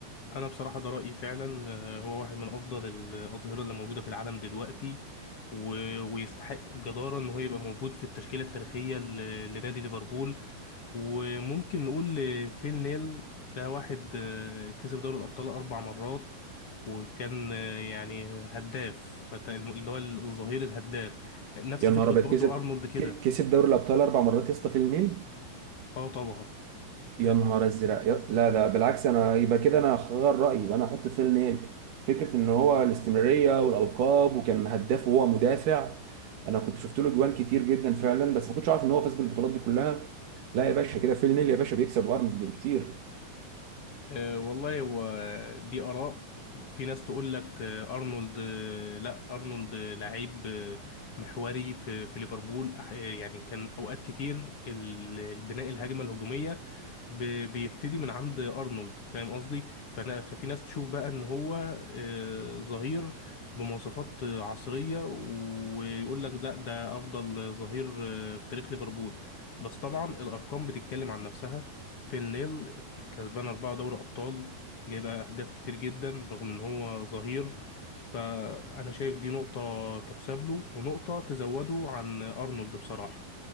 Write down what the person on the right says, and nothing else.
يا نهار
ابيض
كسب
ك- كسب دوري الابطال اربع مرات يا اسطى في النيل
يا
نهار ازرق يا- لا ده بالعكس انا يبقى كده انا هغير رايي يبقى انا هحط فيل نيل فكره ان هو الاستمراريه والالقاب وكان هداف وهو مدافع انا كنت شفت له جوان كتير جدا فعلا بس ما كنتش عارف ان هو فاز بالبطولات دي كلها لا يا باشا كده فيل نيل يا باشا بيكسب ارنولد بكتير